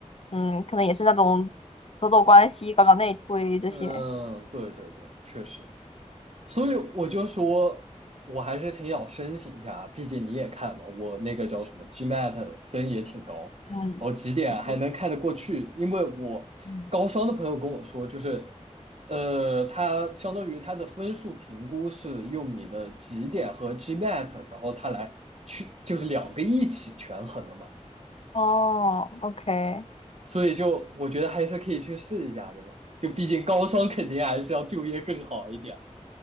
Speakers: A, on the left; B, on the right.
A: 嗯，可能也是那种走走关系、搞搞内推这些，
B: 嗯，对对对，确实。所以我就说，我还是挺想申请一下，毕竟你也看嘛，我那个叫什么 GMAT 分也挺高，
A: 嗯，
B: 我几点还能看得过去？
A: 你可
B: 因为我高双的朋友跟我说，
A: 嗯，
B: 就是，呃，他相当于他的分数评估是用你的几点和 GMAT，然后他来去就是两个一起权衡了嘛，
A: 哦，OK。
B: 所以就我觉得还是可以去试一下，对吧？就毕竟高双肯定还是要就业更好一点。